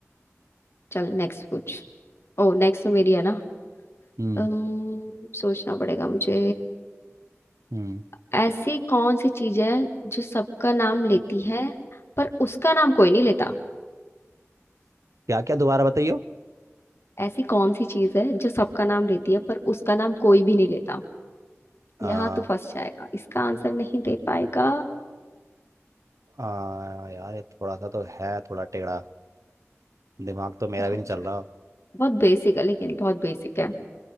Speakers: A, on the left; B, on the right.
A: चल नेक्स्ट पूछ ओ नेक्स्ट तो मेरी है ना
B: हम्म
A: अम्म, सोचना पड़ेगा मुझे
B: हम्म
A: ऐसी कौन सी चीज है जो सबका नाम लेती है पर उसका नाम कोई नहीं लेता
B: क्या क्या दोबारा बताइयो
A: ऐसी कौन सी चीज है जो सबका नाम लेती है पर उसका नाम कोई भी नहीं लेता
B: आ,
A: यहाँ तो फंस जाएगा इसका आंसर नहीं दे पाएगा
B: आ, यार ये थोड़ा सा तो है थोड़ा टेढ़ा दिमाग तो मेरा
A: बहुत
B: भी नहीं चल रहा
A: बहुत बेसिक है लेकिन बहुत बेसिक है